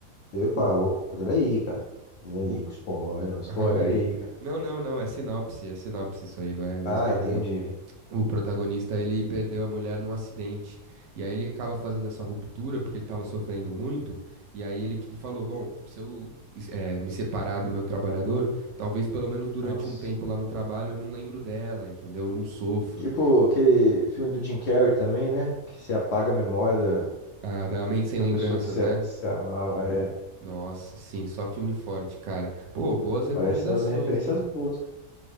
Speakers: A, on the left (about 65°); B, on the right (about 55°).
A: Epa,
B: O,
A: ô, cuidado aí, cara. Cuidado aí,
B: o...
A: com spoiler, ó, spoiler
B: <laughs>
A: aí, cara.
B: Não, não, não, é sinopse, é sinopse isso aí, não é, não
A: Ah,
B: é spoiler,
A: entendi.
B: O protagonista, ele perdeu a mulher num acidente. E aí ele acaba fazendo essa ruptura porque ele estava sofrendo muito. E aí ele que falou: Bom, se eu es- eh, me separar do meu trabalhador, talvez pelo menos durante
A: Nossa.
B: um tempo lá no trabalho eu não lembro dela, entendeu? Eu não sofro.
A: Tipo aquele filme do Jim Carrey também, né? Que se apaga a memória da,
B: Ah, da Mente Sem
A: da
B: Lembranças,
A: pessoa que se,
B: né?
A: que se amava. É,
B: Nossa, sim, só filme forte, cara. Pô, boas recomendações,
A: parece fazer referências
B: hein?
A: boas.